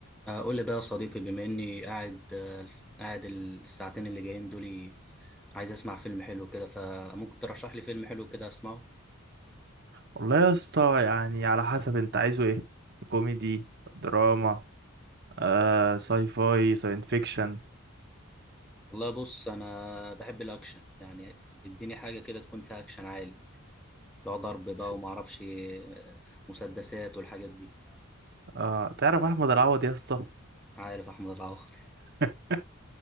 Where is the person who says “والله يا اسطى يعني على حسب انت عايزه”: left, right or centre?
Right